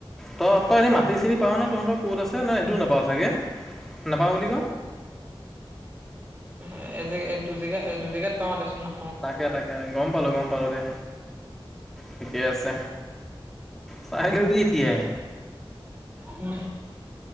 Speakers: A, in the centre; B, on the right.
A: তই, তই এনে, মাটি চিনি পাওঁ ন'? তহঁতৰ ক'ত আছে! নে, সেইটোও নাপাওঁ চাগে? নাপাওঁ বুলি ক'?
B: এ, এজে, এইটো জেগা, এইটো জেগাত পাওঁ। তাৰপাছত, না
A: তাকে, তাকে! গম পালোঁ, গম পালোঁ দে। ঠিকে আছে, চাই লবি এতিয়াই।
B: উম!